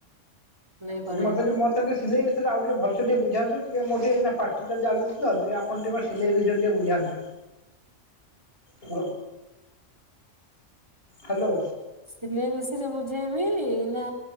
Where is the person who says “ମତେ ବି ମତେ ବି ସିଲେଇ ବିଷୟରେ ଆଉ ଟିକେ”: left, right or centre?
Left